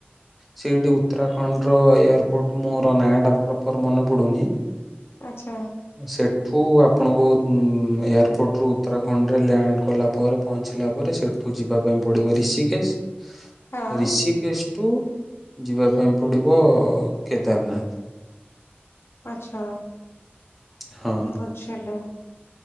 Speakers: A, in the centre; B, on the left.
A: ସେଇଠି ଉତ୍ତରାଖଣ୍ଡର ଏୟାରପୋର୍ଟ ମୋର ନାଁ ଟା ପ୍ରପର ମନେ ପଡ଼ୁନି।
B: ଆଚ୍ଛା।
A: ସେଠୁ ଆପଣଙ୍କୁ ଏୟାରପୋର୍ଟରୁୁ ଉତ୍ତରାଖଣ୍ଡରେ ଲ୍ୟାଣ୍ଡ କଲା ପରେ ପହଞ୍ଚିଲା ପରେ ସେଠୁ ଯିବା ପାଇଁ ପଡିବ ରୀଷିକେଶ
B: ହଁ
A: ରୀଷିକେଶଠୁ ଯିବା ପାଇଁ ପଡ଼ିବ କେଦାରନାଥ।
B: ଆଚ୍ଛା
A: ହଁ
B: ଗ ଚାଲୋ